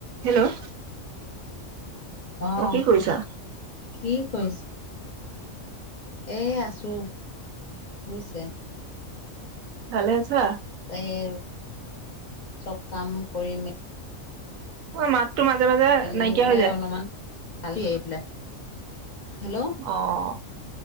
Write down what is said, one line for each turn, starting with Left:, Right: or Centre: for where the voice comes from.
Right: Hello!
Left: অঁহ
Right: অ কি কৰিছা
Left: কি কৰিছে? এ আছো। শুনিছে?
Right: ভালে আছা?
Left: এই চব কাম কৰি মেলি
Right: অ মাততো মাজে মাজে
Left: মেলি
Right: নাইকিয়া
Left: মানে
Right: হৈ যায়।
Left: অলপমান <unintelligible> হেল্ল'!
Right: অঁ,